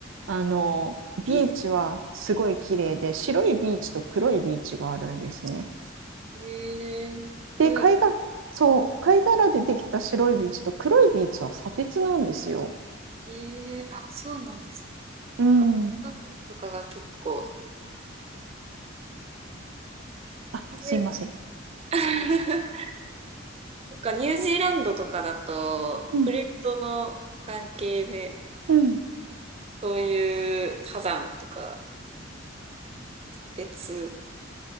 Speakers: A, on the right; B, on the right.
A: あの、ビーチはすごい綺麗で、
B: いいで
A: 白いビーチと黒いビーチがあるんですね。
B: すね。
A: で、
B: 軽い。
A: 貝が、そう、貝殻でできた白いビーチと黒いビーチは砂鉄なんですよ。
B: えー、あ、そうなんです
A: うん。
B: か。
A: ん
B: フンとかが結構、
A: あ、
B: プレ
A: すいません。ん
B: ート <laughs> なんかニュージーランドとかだと、
A: うん。
B: プレートの関係で、
A: うん。
B: そういう火山とか、鉄。